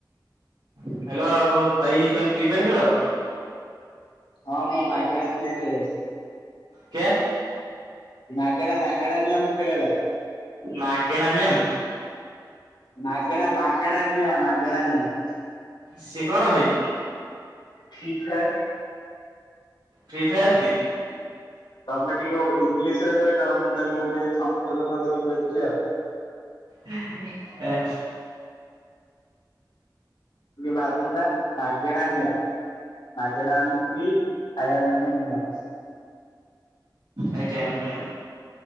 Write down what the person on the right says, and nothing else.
ହ୍ୟାଲୋ ଆଉ ଭାଇ ତମେ ଫ୍ରି ଫାୟାର ଖେଳ?
କ୍ୟା
ମାଗେଣା <unintelligible>
ସିଏ କଣ ହଇ?
ଫ୍ରି ଫାୟାର ବି।
ହୁଁ ହୁଁ ଏ
ଆଚ୍ଛା ଆଚ୍ଛା।